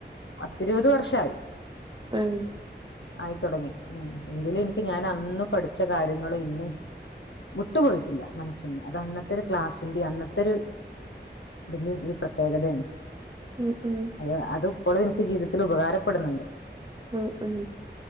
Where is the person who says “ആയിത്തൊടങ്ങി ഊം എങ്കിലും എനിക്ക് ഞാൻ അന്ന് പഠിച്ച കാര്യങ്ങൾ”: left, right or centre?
Left